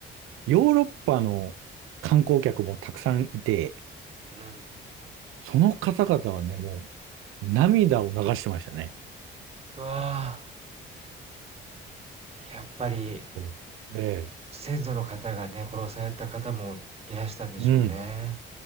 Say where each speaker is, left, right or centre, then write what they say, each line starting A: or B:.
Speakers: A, on the right; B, on the right.
A: ヨーロッパの観光客もたくさんいて、
B: んうん。
A: その方々はね、もう、涙を流してましたね。
B: うわあ。やっぱり
A: そう。ええ
B: 先祖の方がね、殺された方もいらしたんでしょうね。
A: うん。